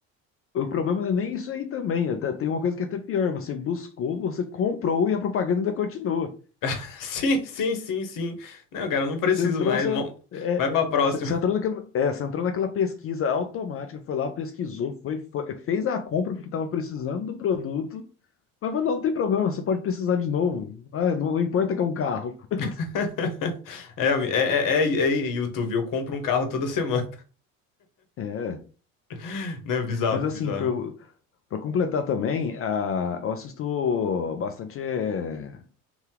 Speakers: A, on the left; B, on the left.
A: O problema não é nem isso aí também. até- Tem uma coisa que é até pior. Você buscou, você comprou e a propaganda ainda continua.
B: <laughs> Sim, sim, sim, sim. Não, cara, eu não preciso
A: Você entrou,
B: mais.
A: você,
B: Mo-
A: é,
B: Vai pra
A: é,
B: próxima.
A: você, você entrou naquela, é, você entrou naquela pesquisa automática, foi lá, pesquisou, foi, foi- fez a compra porque estava precisando do produto. Mas, mas não tem problema, você pode precisar de novo. Ah, não, não importa que é um carro. <laughs>
B: <laughs> É, ami- é, é, é- é YouTube, eu compro um carro toda semana.
A: É,
B: <laughs> Né? Bizarro,
A: mas
B: bizarro.
A: assim, para completar também, ah, eu assisto bastante. é,